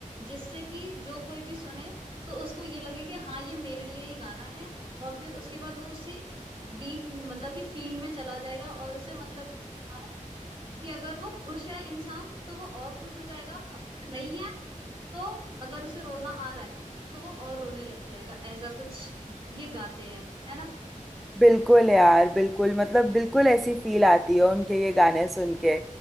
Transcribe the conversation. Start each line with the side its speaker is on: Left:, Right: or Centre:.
Right: जिससे कि जो कोई भी सुने तो उसको ये लगे कि हाँ ये मेरे लिए ही गाना है और फिर उसके बाद वो उसी डीप मतलब कि फील में चला जाएगा और उसे मतलब कि लगा लो कि अगर वो खुश है इंसान तो वो और खुश हो जाएगा और अगर नहीं है तो अगर उसे रोना आ रहा है तो वो और रोने लग जाएगा ऐसा कुछ ये गाते हैं है ना
Centre: बिल्कुल यार बिल्कुल मतलब बिल्कुल ऐसी फील आती है उनके ये गाने सुन के